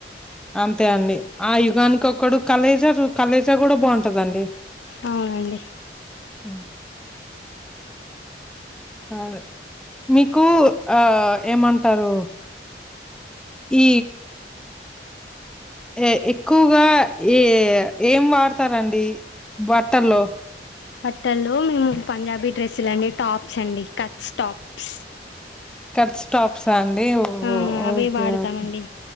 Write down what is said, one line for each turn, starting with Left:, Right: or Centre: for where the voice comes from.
Centre: అంతే అండి ఆ యుగానికోక్కడు కలేజ జు కలేజా కూడా బాగుంటదండి
Left: అవునండి
Centre: ఆ అదే మీకు అ ఏమంటారు ఈ ఏ ఎక్కువగా ఏ ఏం వాడుతారండి బట్టల్లో
Left: బట్టల్లో మేము పంజాబీ డ్రెస్సులు అండి టాప్స్ అండి కట్స్ టాప్స్
Centre: కట్ స్టాప్సా అండి ఓహో
Left: ఆ అవే
Centre: ఓకే
Left: వాడతామండి
Centre: ఓకే